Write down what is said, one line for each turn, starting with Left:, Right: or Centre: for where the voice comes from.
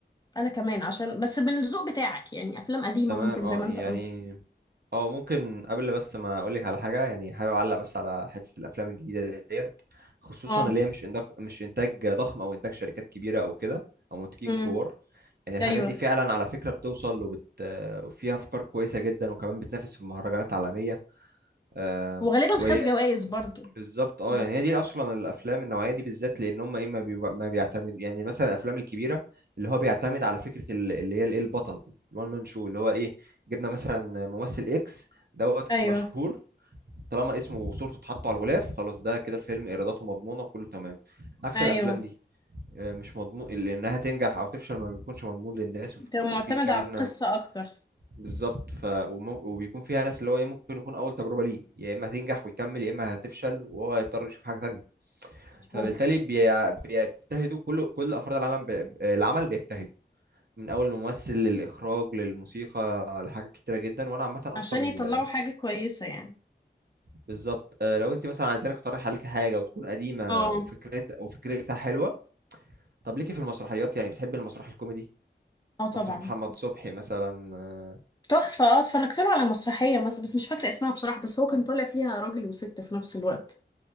Left: أنا كمان عشان بس من الذوق بتاعك يعني أفلام قديمة
Right: تمام
Left: ممكن
Right: اه
Left: زي ما
Right: يعني
Left: أنت قلت
Right: اه ممكن قبل بس ما اقولك على حاجه يعني حابب اعلق بس على حته الافلام الجديده ديت خصوصا
Left: اه
Right: اللي هي مش إندك... مش انتاج ضخم او انتاج شركات كبيره او كده او منتجين
Left: امم
Right: كبار يعني الحاجات
Left: أيوه
Right: دي فعلا على فكره بتوصل وبت... وفيها افكار كويسه جدا وكمان بتنافس في مهرجانات عالميه آه،
Left: وغالبا
Right: وهي
Left: خد جوائز برضو
Right: بالظبط اه
Left: مم.
Right: يعني هي دي اصلا الافلام النوعيه دي بالذات لان هم ايه ما, بيبقى ما بيعتمد يعني مثلا الافلام الكبيره اللي هو بيعتمد على فكره ال- اللي هي الايه البطل الوان مان شو اللي هو ايه جبنا مثلا ممثل اكس دوت
Left: أيوه
Right: مشهور طالما اسمه وصورته اتحطوا على الغلاف خلاص ده كده الفيلم ايراداته مضمونه وكله تمام عكس
Left: أيوه
Right: الافلام دي آه، مش مضمون اللي انها تنجح او تفشل ما بيكونش مضمون للناس وف-
Left: بتبقى
Right: وفي
Left: معتمدة
Right: كمان
Left: على القصة أكتر
Right: بالظبط ف وم- وبيكون فيها ناس اللي هو ايه ممكن يكون اول تجربه ليه يا اما تنجح ويكمل يا اما هتفشل وهو هيضطر يشوف حاجه تانية
Left: مظبوط
Right: فبالتالي بي- بيجتهدوا كل كل افراد العالم بي... العمل بيجتهدوا من اول الممثل للاخراج للموسيقى لحاجات كتيره جدا وانا عامه اصلا
Left: عشان
Right: ال...
Left: يطلعوا حاجة كويسة يعني
Right: بالظبط آه، لو انت مثلا عايزاني اقترح عليك حاجه وتكون قديمه
Left: اه
Right: وفكرت وفكرتها حلوه طب ليكي في المسرحيات يعني بتحبي المسرح الكوميدي
Left: اه طبعا
Right: مسرح محمد صبحي مثلا اه
Left: تحفة اه اتفرجت له على مسرحية مثلا بس مش فاكرة اسمها بصراحة بس هو كان طالع فيها راجل وست في نفس الوقت